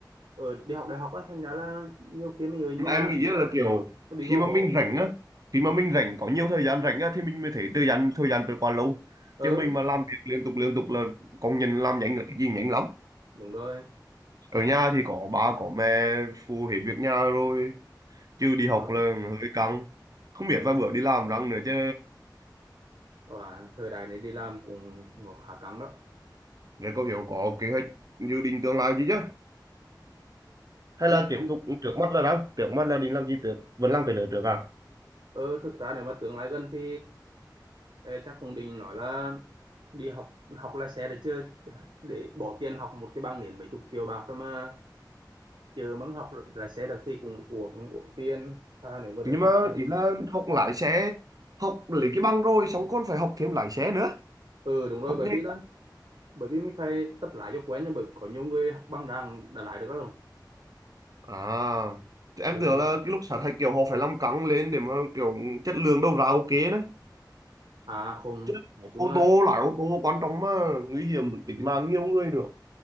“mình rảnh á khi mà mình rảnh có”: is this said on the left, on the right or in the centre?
Right